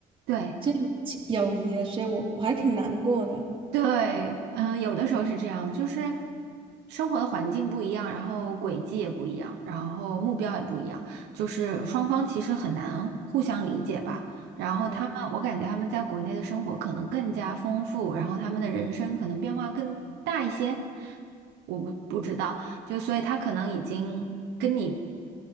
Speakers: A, on the right; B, on the right.
A: 对。
B: 就是亲友谊的，所以我我还挺难过的。
A: 对，嗯，有的时候是这样，就是生活的环境不一样，然后轨迹也不一样，然后目标也不一样，就是双方其实很难互相理解吧。然后他们，
B: 嗯，
A: 我感觉他们在国内的生活可能更加丰富，然后他们的人生可能变化更大一些，我不不知道，就所以他可能已经跟你